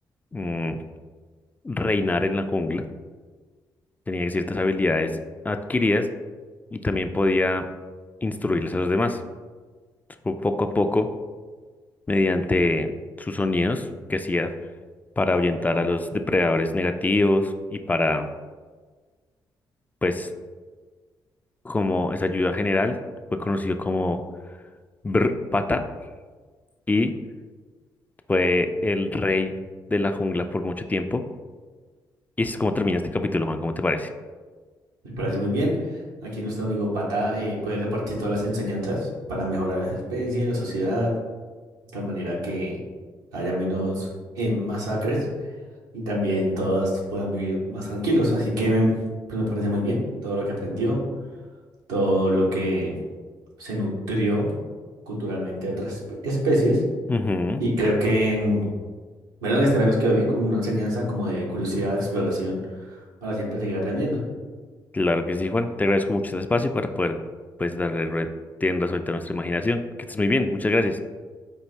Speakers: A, on the left; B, on the right.
A: mm, reinar en la jungla, tenía ciertas habilidades adquiridas y también podía instruirles a los demás. Po- Poco a poco, mediante sus sonidos que hacía para ahuyentar a los depredadores negativos y para, pues, como esa ayuda general, fue conocido como Brr Pata y fue el rey de la jungla por mucho tiempo. Y así es como termina este capítulo, Juan, ¿cómo te parece?
B: Me parece muy bien. Aquí nuestro amigo Pata eh, puede repartir todas las enseñanzas para mejorar las especies, la sociedad, de tal manera que haya menos eh, masacres y también todas puedan vivir más tranquilos. Así que em, pues me parece muy bien todo lo que aprendió, todo lo que se nutrió culturalmente de otras espe- especies.
A: Ujú.
B: Y creo que, em, bueno, la historia nos quedó bien con una enseñanza como de curiosidad, exploración, para siempre seguir aprendiendo.
A: Claro que sí, Juan. Te agradezco mucho este espacio para poder, pues, darle re- rienda suelta a nuestra imaginación. Que estés muy bien. Muchas gracias.